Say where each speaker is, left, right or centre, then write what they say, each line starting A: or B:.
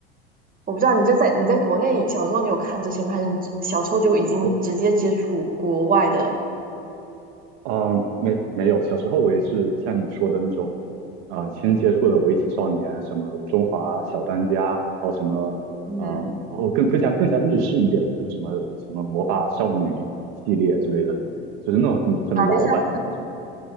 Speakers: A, on the right; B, on the right.
A: 我不知道你就在你在国内小时候你有看这些吗？还是你只小时候就已经直接接触国外的
B: 我。嗯，没没有，小时候我也是像你说的那种，啊、先接触的围棋少年，什么中华小当家，然后什么，
A: 嗯，
B: 啊、然后更更加更加日式一点的，就是什么什么魔法少女系列之类的东西，就是那种很很老版的魔法少女，
A: 啊，就像，